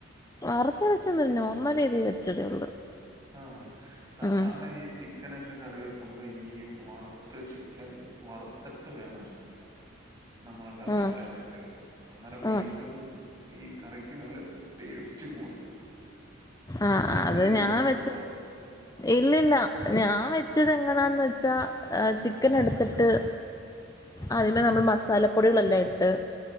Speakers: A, on the left (about 20°); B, on the right (about 20°).
A: വറുത്തെരച്ചൊന്നില്ല നോർമൽ രീതിയിൽ വച്ചതേ ഉള്ളൂ
B: ആഹ് സാധാരണ
A: ഉം
B: ഈ ചിക്കനൊക്കെ കറി വെക്കുമ്പോ ഈ വറുത്ത് ചി ചിക്കൻ വറുത്തട്ട് വേണം നമ്മളെ കറിവെക്കാനായിട്ട്
A: ഉം
B: അന്നേരം വീണ്ടും
A: ഉം
B: ഈ കറിക്ക് നല്ല ടേസ്റ്റ് കൂടും
A: ആഹ്അത്
B: അങ്ങനെ ചെയ്ത്
A: ഞാൻ
B: നോക്കിയിട്ടുണ്ടോ
A: വെച്ച ഇല്ലില്ല ഞാൻ വെച്ചത് എങ്ങനാന്ന് വെച്ചാ ചിക്കൻ എടുത്തിട്ട് ആതിമെനമ്മൾ മസാലപ്പൊടികളെല്ലാം ഇട്ട്